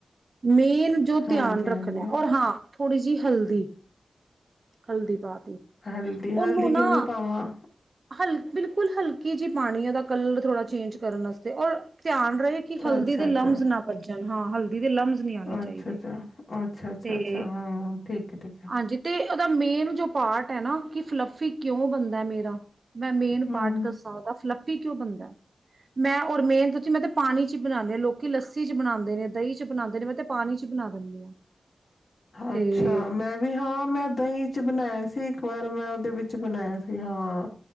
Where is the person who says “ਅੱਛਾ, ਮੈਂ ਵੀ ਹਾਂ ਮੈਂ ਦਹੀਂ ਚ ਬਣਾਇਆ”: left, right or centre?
Left